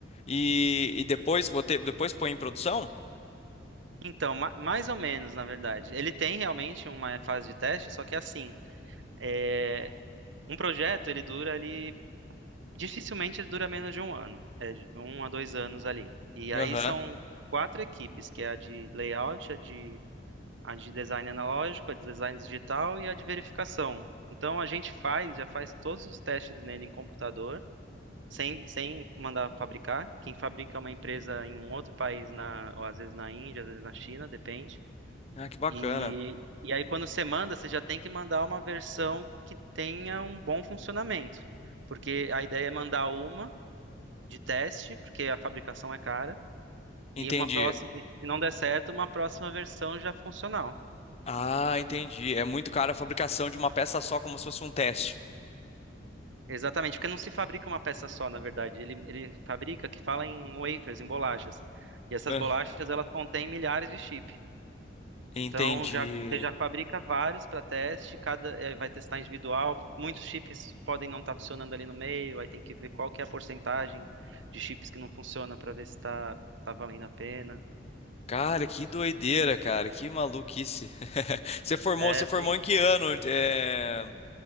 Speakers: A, on the left; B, on the right.
A: e, e depois, bote- depois põe em produção?
B: Então, ma- mais ou menos, na verdade. Ele tem realmente uma fase de teste, só que assim, é, um projeto ele dura ali, dificilmente ele dura menos de um ano, é de um a dois anos ali. E aí
A: Aham.
B: são quatro equipes, que é a de layout, a de a de design analógico, a de design digital e a de verificação. Então a gente faz, já faz todos os testes nele em computador, sem, sem mandar fabricar. Quem fabrica é uma empresa em um outro país, na, ou às vezes na Índia, às vezes na China, depende.
A: Ah, que bacana.
B: E, e aí quando você manda, você já tem que mandar uma versão que tenha um bom funcionamento. Porque a ideia é mandar uma de teste, porque a fabricação é cara,
A: Entendi.
B: e uma próxima, e se não der certo, uma próxima versão já funcional.
A: Ah, entendi. É muito caro a fabricação de uma peça só, como se fosse um teste.
B: Exatamente, porque não se fabrica uma peça só, na verdade. Ele, ele fabrica, que fala em wafers, em bolachas. E essas
A: Ah,
B: bolachas, elas contêm milhares de chip.
A: entendi.
B: Então, já, você já fabrica vários para teste, cada eh, vai testar individual. Muitos chips podem não estar funcionando ali no meio, aí tem que ver qual que é a porcentagem de chips que não funciona para ver se está tá tá valendo a pena.
A: Cara, que doideira, cara, que maluquice. <laughs> Você formou,
B: É,
A: você formou
B: bem...
A: em que ano? É,